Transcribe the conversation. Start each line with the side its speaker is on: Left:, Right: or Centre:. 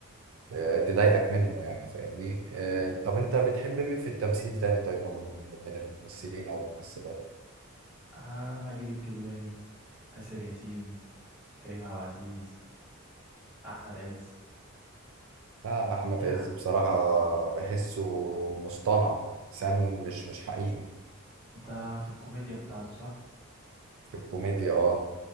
Right: آه، تضايقك منه يعني فاهمني آه، طب انت بتحب مين في التمثيل تاني طيب من من- من الممثلين او الممثلات
Centre: آه ماجد الكدواني آسر ياسين كريم عبد العزيز أحمد عز
Right: لا احمد
Centre: يا
Right: عز بصراحه بحسه مصطنع انسان مش مش حقيقي
Centre: ده في الكوميديا بتاعته صح؟
Right: في الكوميديا اه